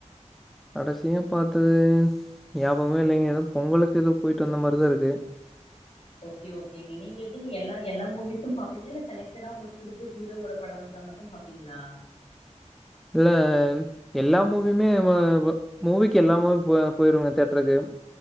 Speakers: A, in the centre; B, on the left (about 55°).
A: கடைசியா பாத்தது ஞாபகமே இல்லைங்க ஏதோ பொங்கலுக்கு ஏதோ போயிட்டு வந்த மாரிதான் இருக்கு
B: ஓகே ஓகேங்க நீங்க எப்படிங்க எல்லா எல்லா மூவிஸ் பாப்பீங்களா இல்ல செலக்டடா உங்களுக்கு குடுத்த ஹீரோட படம் வந்தா மட்டும் பாப்பீங்ளா
A: இல்ல எல்லா மூவியுமே மூவிக்கு எல்லாமூவி போ போயிருவங்க தியேட்டருக்கு